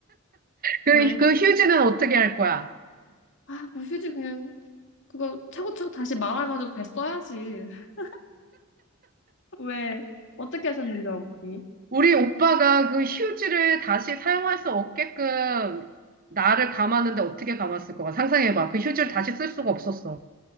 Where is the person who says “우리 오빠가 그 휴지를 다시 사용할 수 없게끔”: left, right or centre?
Right